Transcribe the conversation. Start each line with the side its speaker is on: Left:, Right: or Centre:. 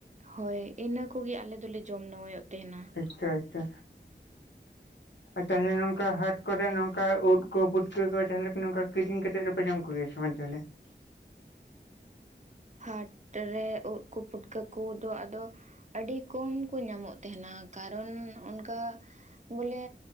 Right: ᱦᱳᱭ ᱤᱱᱟᱹ ᱠᱚᱜᱮ ᱟᱞᱮ ᱫᱚᱞᱮ ᱡᱚᱢ ᱱᱩᱣᱟᱹᱧᱚᱜ ᱛᱮᱦᱮᱱᱟ᱾
Left: ᱟᱪᱪᱷᱟ ᱟᱪᱪᱷᱟ᱾ ᱟᱨ ᱛᱟᱦᱞᱮ ᱱᱚᱝᱠᱟ ᱦᱟᱴ ᱠᱚᱨᱮ ᱱᱚᱝᱠᱟ ᱩᱫ ᱠᱚ, ᱯᱩᱴᱠᱟᱹ ᱠᱚ, ᱡᱟᱦᱟᱸᱞᱮ ᱱᱚᱝᱠᱟ ᱠᱤᱨᱤᱧ ᱠᱟᱛᱮᱡ ᱫᱚ <unintelligible>
Right: ᱦᱟᱴ ᱨᱮ ᱩᱫ ᱠᱚ ᱯᱩᱴᱠᱟᱹ ᱠᱚᱫᱚ ᱟᱫᱚ ᱟᱹᱰᱤ ᱠᱚᱢ ᱠᱚ ᱧᱟᱢᱚᱜ ᱛᱮᱦᱮᱱᱟ, ᱠᱟᱨᱚᱱ ᱚᱱᱠᱟ ᱵᱚᱞᱮ